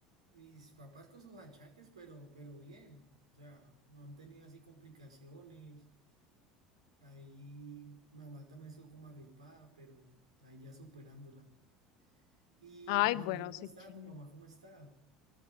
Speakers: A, on the right; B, on the left.
A: mis papás con sus achaques, pero, pero bien, o sea, no han tenido así complicaciones. Ahí mamá también estuvo como agripada, pero ahí ya superándola. ¿Y
B: Ay,
A: tu familia
B: bueno,
A: cómo
B: siquiera.
A: está? ¿Tu mamá cómo está?